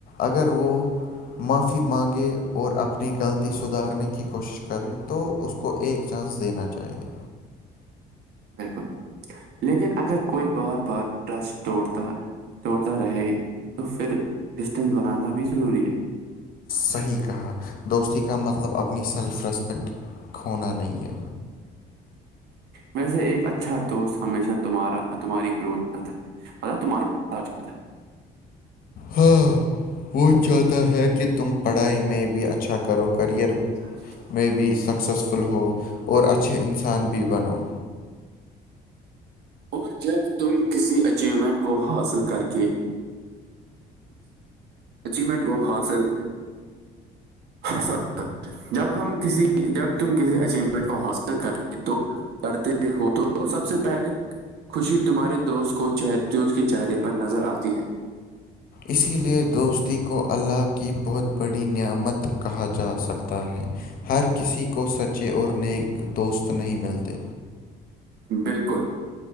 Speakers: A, on the left; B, on the right.
A: اگر وہ معافی مانگے اور اپنی غلطی سدھارنے کی کوشش کرے تو اس کو ایک چانس دینا چاہیے
B: بالکل لیکن اگر کوئی بار بار ٹرسٹ توڑتا توڑتا رہے تو پھر ڈسٹینس بنانا بھی ضروری ہے
A: صحیح کہا دوستی کا مطلب اپنی سیلف ریسپیکٹ کھونا نہیں ہے
B: ویسے ایک اچھا دوست ہمیشہ تمہارا اور تمہاری گروتھ چاہتا ہے مل تمہ باتا ہے
A: ہاں وہ چاہتا ہے کہ تم پڑھائی میں بھی اچھا کرو کریئر
B: س
A: میں بھی سکسیزفل ہو اور اچھے انسان بھی بنو
B: اور جب تم کسی اچیومنٹ کو حاصل کر کے اچیومنٹ کو حاصل ایک سو جب ہم کسی جب تم کسی اچیمنٹ کو حاصل کرتے تو کرتے ہو تو سب سے پہلے خوشی تمہارے دوست کو چہرےز کے چہرے پر نظر آتی ہے
A: اسی لیے دوستی کو اللہ کی بہت بڑی نعمت کہا جا سکتا ہے ہر کسی کو سچے اور نیک دوست نہیں ملتے
B: بالکل